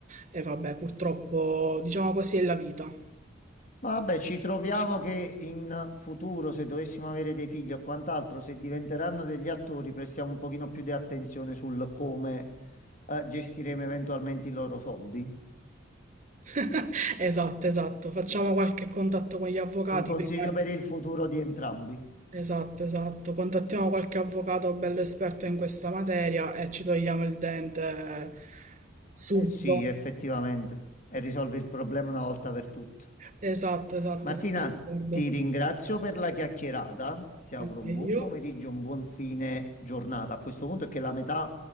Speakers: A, on the right (about 40°); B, on the left (about 40°).
A: E vabbè, purtroppo, diciamo così, è la vita.
B: Ma vabbè, ci troviamo che in futuro, se dovessimo avere dei figli o quant'altro, se diventeranno degli attori, prestiamo un pochino più di attenzione sul come, eh, gestiremo eventualmente i loro soldi.
A: <laughs> Esatto, esatto. Facciamo qualche contatto con gli avvocati
B: Un consiglio
A: prima.
B: per il futuro di entrambi.
A: Esatto, esatto. Contattiamo qualche avvocato bello esperto in questa materia e ci togliamo il dente subito.
B: Eh sì, effettivamente, e risolvi il problema una volta per tutte.
A: Esatto, esatto,
B: Martina,
A: sono d'accordo.
B: ti ringrazio per la chiacchierata. Ti auguro
A: Anche
B: un
A: io.
B: buon pomeriggio, un buon fine giornata. A questo punto è che la metà